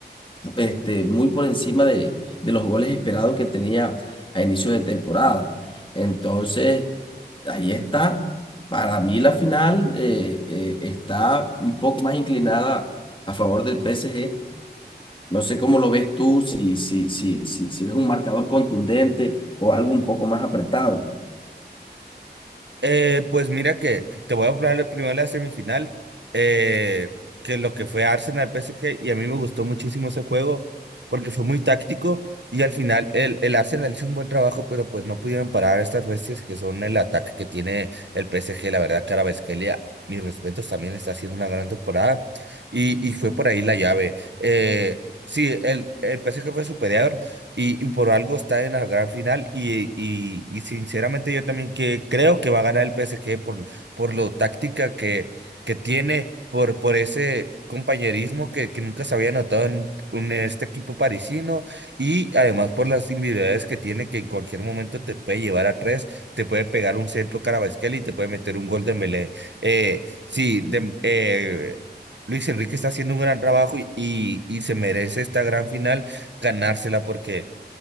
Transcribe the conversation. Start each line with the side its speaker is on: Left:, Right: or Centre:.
Left: este, muy por encima de, de los goles esperados que tenía a inicio de temporada. Entonces, ahí está. Para mí la final eh, eh, está un poco más inclinada a favor del PSG. No sé cómo lo ves tú, si, si, si, si, si ves un marcador contundente o algo un poco más apretado.
Right: Eh, pues mira que que te voy a hablar primero de la semifinal, eh, que lo que fue Arsenal PSG, y a mí me gustó muchísimo ese juego porque fue muy táctico y al final el, el Arsenal hizo un buen trabajo, pero pues no pudieron parar a estas bestias que son el ataque que tiene el PSG, la verdad, Kvaratskhelia, mis respetos, también está haciendo una gran temporada y, y fue por ahí la llave. Eh, sí, el, el PSG fue superior, y, y por algo está en la gran final y, y, y sinceramente yo también que creo que va a ganar el PSG por, por lo táctica que, que tiene, por, por ese compañerismo que, que nunca se había notado en, un- en este equipo parisino y además por las individualidades que tiene que en cualquier momento te puede llevar a tres, te puede pegar un centro Carabasquel y te puede meter un gol de Melé. Eh, sí, de- eh, Luis Enrique está haciendo un gran trabajo y, y y se merece esta gran final ganársela porque